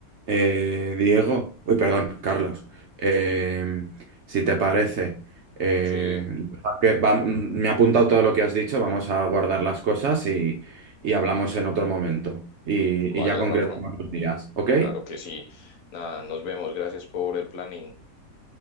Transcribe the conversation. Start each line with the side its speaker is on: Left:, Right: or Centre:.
Right: eh, Diego, uy, perdón, Carlos, eh, si te parece, eh,
Left: Sí,
Right: deja que va- me he apuntado todo lo que has dicho, vamos a guardar las cosas y, y hablamos en otro momento y,
Left: vale,
Right: y ya concretamos
Left: Rafa.
Right: los días, ¿ok?
Left: Claro que sí. Nada, nos vemos. Gracias por el planning.